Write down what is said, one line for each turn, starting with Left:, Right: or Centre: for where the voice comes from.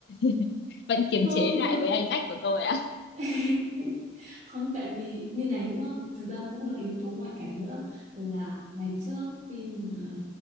Left: <laughs> vẫn kiềm
Right: không
Left: chế
Right: nhưng
Left: lại
Right: mà
Left: với anh Jack của tôi ạ
Right: <laughs> không tại vì như này nữa thực ra cũng là yếu tố ngoại cảnh nữa là ngày trước khi mà